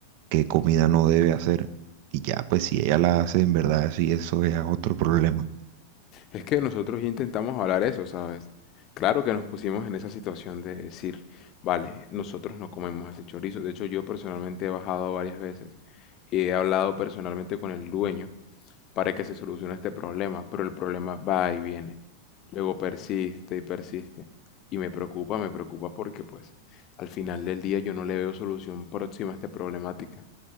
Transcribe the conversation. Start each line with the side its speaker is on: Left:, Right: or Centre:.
Right: qué comida no debe hacer. Y ya, pues si ella la hace, en verdad, sí, eso ya es otro problema.
Left: Es que nosotros ya intentamos hablar eso, ¿sabes? Claro que nos pusimos en esa situación de decir, vale, nosotros no comemos ese chorizo. De hecho, yo personalmente he bajado varias veces y he hablado personalmente con el dueño para que se solucione este problema, pero el problema va y viene. Luego persiste y persiste. Y me preocupa, me preocupa porque pues al final del día yo no le veo solución próxima a esta problemática.